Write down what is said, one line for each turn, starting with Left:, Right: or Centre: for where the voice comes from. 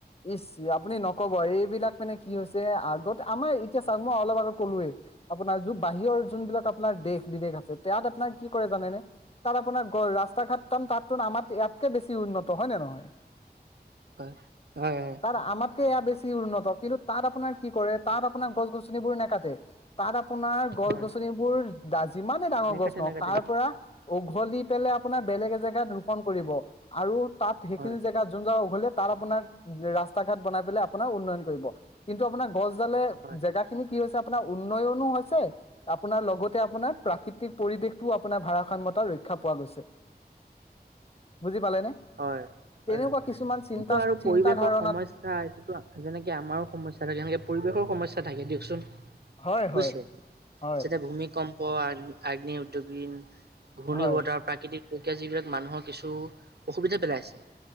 Left: ইচ আপুনি নকব এইবিলাক মানে কি হৈছে আগতে আমাৰ এতিয়া চাওক মই অলপ আগত কলোৱেই আপোনাৰ য বাহিৰৰ যোনবিলাক আপোনাৰ দেশ বিদেশ আছে তাত আপোনাৰ কি কৰে জানেনে তাত আপোনাৰ ৰাস্তা ঘাট তাম তাততো আমাৰ ইয়াতকে বেছি উন্নত হয় নে নহয়
Right: হয়। হয় হয়
Left: তাত ভাতকে এয়া বেছি উন্নত কিন্তু তাত আপোনাৰ কি কৰে, তাত আপোনাৰ গছ গছনিবোৰ নাকাটে তাত আপোনাৰ গছ-গছনিবোৰ
Right: হয়
Left: যিমানে ডাঙৰ
Right: নেকাটে
Left: গছ নহওক
Right: নেকাটে
Left: তাৰ
Right: নেকাটে
Left: পৰা উঘলি পেলাই আপোনাৰ বেলেগ এজেগাত ৰোপন কৰিব আৰু তাত সেইখিনি
Right: হয়
Left: জেগাত যোন জা উঘলি তাত আপোনাৰ ৰাস্তা ঘাট বনাই পেলাই আপোনাৰ উন্নয়ন কৰিব, কিন্তু আপোনাৰ গছ
Right: হয়
Left: জেগা খিনি কি হৈছে- আপোনাৰ উন্নয়নো হৈছে, আপোনাৰ লগতে, আপোনাৰ প্ৰাকৃতিক পৰিৱেশটোও আপোনাৰ ভাৰাসাম্যয়তা ৰক্ষা পোৱা গৈছে। বুজি পালে ন!
Right: হয়
Left: তেনেকুৱা
Right: হয় হয়
Left: কিছুমান চিন্তা-
Right: কিন্তু আৰু
Left: চিন্তা
Right: পৰিৱেশৰ
Left: ধাৰণাত
Right: সমস্য়া এইটোতো, যেনেকে আমাৰো সমস্যা থাকে, এনেকে পৰিৱেশৰ সমা- সমস্যা থাকে দিয়কচোন।
Left: হয়
Right: বুজছে
Left: হয় হয়
Right: যতে ভূমি কম, অ আগ্নি উদ্যোগী, ঘূৰ্ণিব,
Left: হয়,
Right: তাৰ প্ৰাকৃতিক প্ৰক্ৰিয়া, যিবিলাক মানুহৰ কিছু- অসুবিধা পেলাইছে।